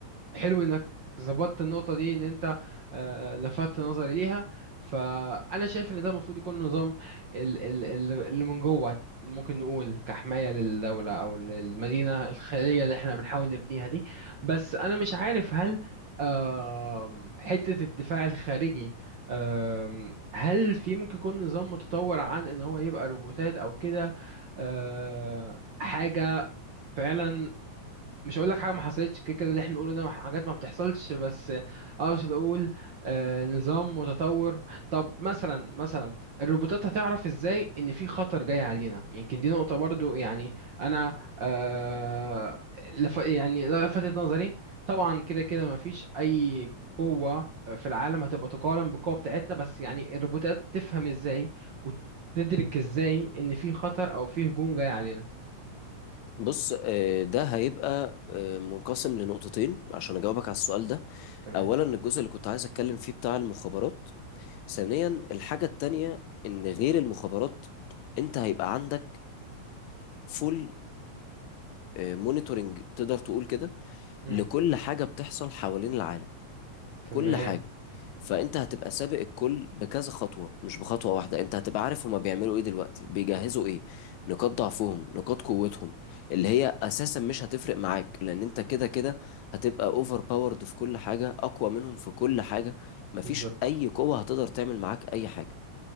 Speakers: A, on the right (about 55°); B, on the left (about 80°).
A: حلو انك ظبطت النقطة دي ان انت آه، لفتت نظري ليها فانا شايف ان ده المفروض يكون نظام ال- ال- ال- اللي من جوه ممكن نقول كحماية للدولة او للمدينة الخيرية اللي احنا بنحاول نبنيها دي بس انا مش عارف هل آم، حتة الدفاع الخارجي آم، هل في ممكن يكون نظام متطور عن ان هو يبقى روبوتات او كده آه، حاجة فعلا مش هقول لك حاجه ما حصلتش كده كده اللي احنا بنقوله ده حاجات ما بتحصلش بس اقصد اقول آه، نظام متطور طب مثلا مثلا الروبوتات هتعرف ازاي ان في خطر جاي علينا يمكن دي نقطه برضو يعني انا آه لف يعني لفتت نظري طبعا كده كده ما فيش اي قوه في العالم هتبقى تقارن بالقوه بتاعتنا بس يعني الروبوتات تفهم ازاي وتدرك ازاي ان في خطر او في هجوم جاي علينا
B: بص آه، ده هيبقى آه، منقسم لنقطتين عشان اجاوبك على السؤال ده
A: تمام
B: اولا الجزء اللي كنت عايز اتكلم فيه بتاع المخابرات ثانيا الحاجة التانية ان غير المخابرات انت هيبقى عندك فول مونيتورنج تقدر تقول كده
A: امم
B: لكل حاجة بتحصل حوالين العالم
A: تمام
B: كل حاجة فأنت هتبقى سابق الكل بكذا خطوة مش بخطوة واحدة أنت هتبقى عارف هما بيعملوا إيه دلوقتي بيجهزوا إيه نقاط ضعفهم نقاط قوتهم اللي هي أساسا مش هتفرق معاك لأن أنت كده كده هتبقى أوفر باورد في كل حاجة أقوى منهم في كل حاجة مفيش
A: بالظبط
B: أي قوة هتقدر تعمل معاك أي حاجة